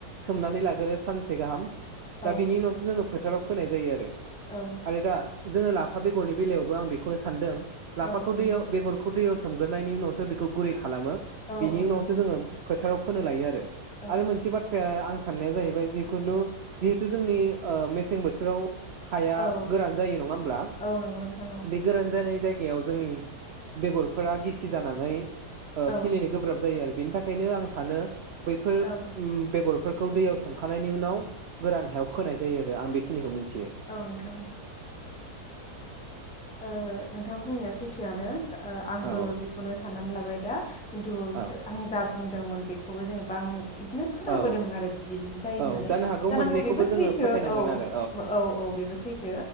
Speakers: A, on the right (about 80°); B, in the centre.
A: सोमनानै लाग्रो सानसे गाहाम दा
B: औ
A: बिनि उनावसो जोङो फोथाराव फोनाय जायोआरो
B: औ
A: आरो दा जोङो लाफा बेगरनि बेलायावबो आं बेखौनो सानदों लाफाखौ
B: औ औ
A: दैयाव
B: नंगौ
A: बेगरखौ दैयाव सो सोमग्रायनायनि उनावसो बेखौ गुरै खालामो
B: औ
A: बिनि
B: औ
A: उनावसो
B: नंगौ
A: जोङो फोथाराव फोनो लायोआरो
B: औ
A: आरो मोनसे बाथ्राया आं साननाया जाहैबाय जिखुनु जिहेथु जोंनि ओ मेसें बोथोराव हाया
B: औ
A: गोरान जायो नङा होमब्ला
B: औ नंगौ नोंथां औ
A: बे गोरान जानाय जाय गायाव जोंनि बेगरफोरा गिसि जानानै ओ
B: औ
A: खिलिनो गोब्राब जायो आरो बिनि थाखायनो आं सानो बैफोर
B: औ
A: ओम बेगर फोरखौ दैयाव सोमखानायनायनि उनाव गोरान हायाव फोनाय जायोआरो आं बेखिनिखौ मिन्थि
B: औ नोंथां ओ नोंथां बुंनाया सैथोआनो ओ आंबो
A: औ
B: बेखौनो साननानै लाब बाय दा खिन्थु
A: औ
B: आं जा बुंदोंमोन बे खौबो जेनेबा आङो बिदिनो खोनाबोदोंमोन
A: औ
B: आरो बिदि-बिदि जायो
A: औ
B: होननानै
A: जानो हागौ
B: जानांगौ
A: मोननैखौबो
B: बेबो
A: जोङो
B: सैथो
A: फोथायनांगोन
B: औ
A: आरो
B: औ औ बेबो सैथो